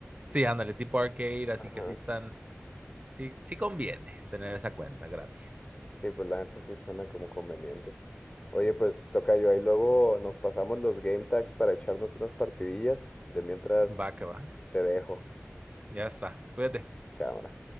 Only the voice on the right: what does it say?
sí, ándale, tipo arcade, así
que sí están, sí, sí conviene tener esa cuenta gratis.
Va que va,
ya está, cuídate.